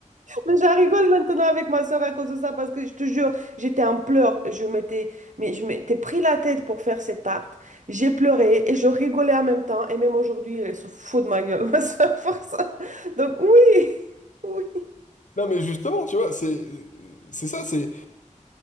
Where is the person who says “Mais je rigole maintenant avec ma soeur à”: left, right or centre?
Right